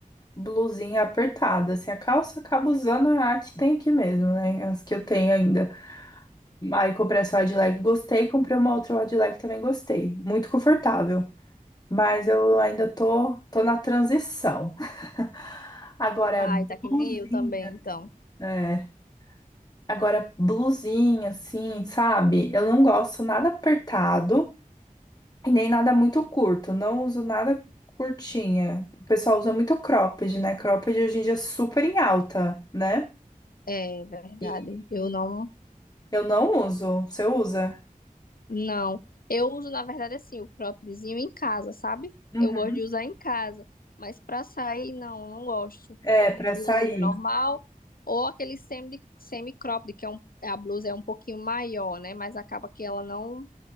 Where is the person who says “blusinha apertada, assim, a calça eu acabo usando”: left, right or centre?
Left